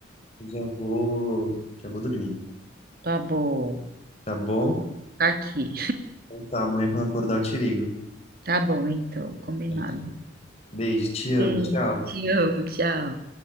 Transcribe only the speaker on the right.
Tá bom.
Tá aqui.
Tá bom, então. Combinado.
Beijo,
te amo, tchau.